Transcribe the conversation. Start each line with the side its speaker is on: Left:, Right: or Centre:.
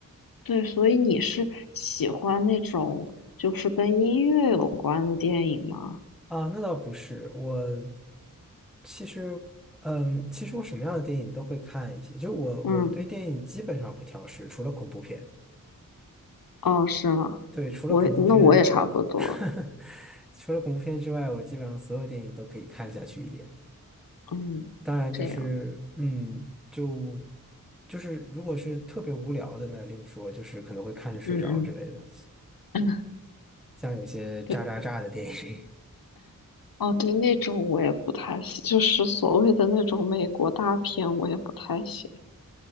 Left: 对，所以你是喜欢那种就是跟音乐有关的电影吗？
Centre: 啊，那倒不是，我其实，嗯，其实我什么样的电影都会看一些，就我我对电影基本上不挑食，
Left: 嗯，
Centre: 除了恐怖片。
Left: 哦，是吗？
Centre: 对，除了恐怖片，
Left: 我那我也差不多，
Centre: <laughs> 除了恐怖片之外，我基本上所有电影都可以看下去一点。
Left: 嗯，
Centre: 当然就是，
Left: 这样，
Centre: 嗯，就就是如果是特别无聊的呢，另说，就是可能会看着睡着之类的，
Left: 嗯嗯，
Centre: 像有些渣渣渣的电影。
Left: 对，哦对，那种我也不太喜，就是所谓的那种美国大片，我也不太喜。